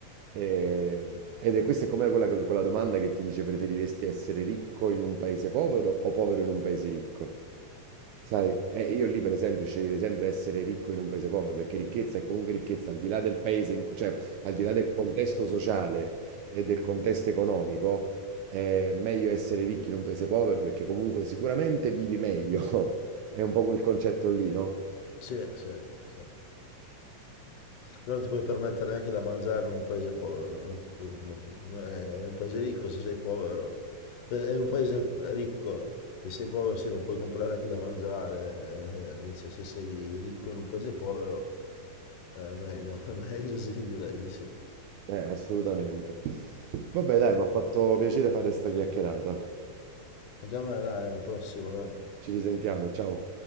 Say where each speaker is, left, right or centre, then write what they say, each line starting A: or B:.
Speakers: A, on the right; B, on the left.
A: Ehm, ed è questa è come quella, quella domanda che ti dice preferiresti essere ricco in un paese povero o povero in un paese ricco? Sai, eh, io lì per esempio sceglierei sempre essere ricco in un paese povero, perché ricchezza è comunque ricchezza, al di là del paese in cui, cioè, al di là del contesto sociale e del contesto economico, è meglio essere ricchi in un paese povero perché comunque sicuramente vivi meglio. <laughs> È un po' quel concetto lì, no?
B: Sì, sì, sì. non ti puoi permettere neanche da mangiare in un paese povero, non ti puoi- eh, in un paese ricco se sei povero, eh, in un paese ricco se sei povero sì non puoi comprare neanche da mangiare, eh, invece se sei ricco in un paese povero eh, è meglio, <laughs> è meglio sì direi di sì.
A: Eh, assolutamente. Vabbè, dai, mi ha fatto piacere fare sta chiacchierata.
B: Anche a me dai, la prossima dai.
A: Ci risentiamo, ciao.